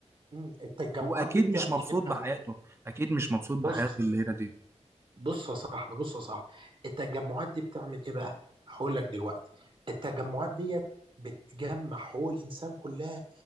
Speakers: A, on the right (about 45°); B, on the right (about 20°).
A: مم، التجمعات
B: هو اكيد
A: دي بتعمل
B: مش مبسوط
A: ايه
B: بحياته اكيد مش مبسوط بحياته
A: بص
B: اللي هنا دي
A: بص يا صاحبي بص يا صاحبي التجمعات دي بتعمل ايه بقى هقول لك دلوقتي التجمعات ديت بتجمع حقوق الانسان كلها